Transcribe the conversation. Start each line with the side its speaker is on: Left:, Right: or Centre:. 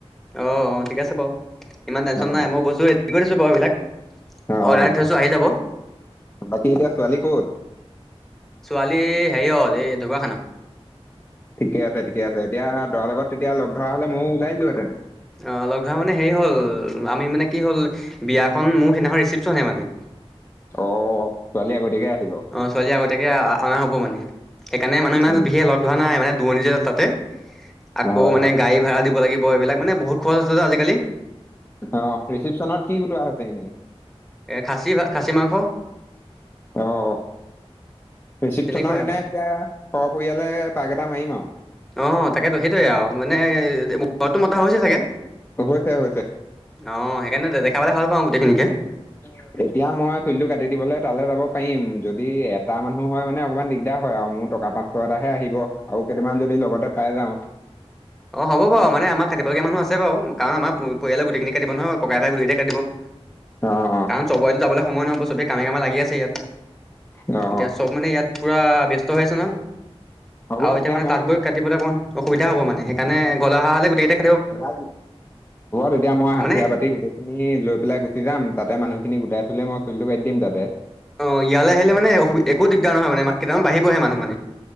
Centre: অ অ ঠিক আছে বাৰু ইমান টেনশ্যন
Left: অ',
Centre: নাই মই বস্তু হে কৰিছো বাৰু সিবিলাক
Left: অ',
Centre: অৰ্ডাৰ
Left: অ',
Centre: দি থৈছো আহি যাব
Left: বাকী এতিয়া ছোৱালী ক'ত
Centre: ছোৱালী হেৰিয়ত এই ঢকুৱাখানা
Left: ঠিকে আছে ঠিকে আছে এতিয়া দৰাৰ লগত তেতিয়া লগ ধৰা হলে ময়ো ওলাই দিলোহেঁতেন
Centre: অহ লগ ধৰা মানে হেৰি হ'ল আমি মানে কি হ'ল বিয়াখন মোৰ সেইদিনাখন ৰিচিপচনেই মানে
Left: অ ছোৱালী আগতীয়াকে আহিব
Centre: অ ছোৱালী আগতীয়াকে আ আনা হ'ব মানে সেইকাৰণে মানুহ ইমান
Left: উম,
Centre: বিশেষ লগ ধৰা নাই মানে দুৰণি জেগা তাতে আকৌ
Left: হয়
Centre: মানে
Left: হয়
Centre: গাড়ী ভাড়া দিব লাগিব এইবিলাক মানে বহুত খৰছ আছে যে আজিকালি
Left: অ ৰিচিপচনত কি গুটোৱা হৈছে এনেই
Centre: এই খাচী ভা খাচী মাংস
Left: অহ ৰিচিপচনৰ
Centre: তেনেকুৱাই
Left: দিনাই
Centre: আৰু
Left: এতিয়া সপৰিয়ালে পাক এটা মাৰিম আৰু
Centre: অ তাকেতো সেইটোৱে আৰু মানে উ ঘৰতো মতা হৈছে চাগে
Left: হৈছে হৈছে
Centre: অ সেইকাৰণে দেখা পালে ভাল পাওঁ গোটেইখিনিকে
Left: <unintelligible> এতিয়া মই চুলিটো কাটি দিবলে তালে যাব পাৰিম যদি এটা মানুহ হয় মানে অকমান দিগদাৰ হয় আৰু মোৰ টকা পাচ ছতাহে আহিব আৰু কেইটামান যদি লগতে পাই যাওঁ
Centre: অহ হ'ব বাৰু মানে আমা কাটিবলগীয়া মানুহ আছে বাও কাৰণ আমাৰ প পৰিয়ালৰ গোটেইখিনি কাটিব নহয় ককাই ভাই গোটেইকেইটাই কাটিব
Left: অ অ
Centre: চবতো যাবলে সময় নহব চবে কামে কামে লাগি আছে ইয়াত
Left: অ
Centre: এতিয়া চব মানে ইয়াত পুৰা ব্যস্ত হৈ আছে ন
Left: অ হ'ব
Centre: আৰু এতিয়া
Left: তেতিয়া
Centre: মানে
Left: মই
Centre: তাত গৈ কাট কাটিবলৈ অকণমান অসুবিধা হব মানে সেইকাৰণে ঘলে অহা হলে গোটেই কেইটাই
Left: হ'ব তেতিয়া মই হাঠিয়া
Centre: মানে
Left: পাতি গোটেই খিনি লৈ পেলাই গুচি যাম তাতে মানুহখিনি গোটাই থ'লে মই চুলিটো কাটি দিম তাতে
Centre: অ ইয়ালে আহিলে মানে অসুবি একো দিগদাৰ নহয় মানে কেইটামান বাঢ়িবহে মানুহ মানে